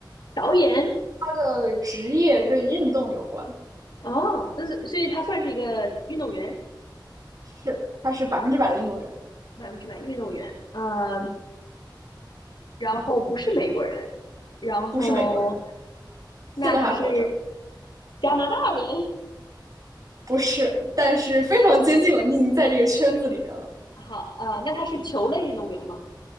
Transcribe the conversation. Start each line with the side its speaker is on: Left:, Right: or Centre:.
Left: 导演
Right: 他的职业跟运动有关，
Left: 哦，那是所以他算是一个运动员，
Right: 是，他是百分之百的运动员，
Left: 百分之百运动员。呃，然后不是美国人，然后
Right: 不是美国人，
Left: 那他是
Right: 现在还活着，
Left: 加拿大人。
Right: 不是，但是非常接近了，你已经在这个圈子里面了。
Left: 好，呃，那他是球类运动员吗？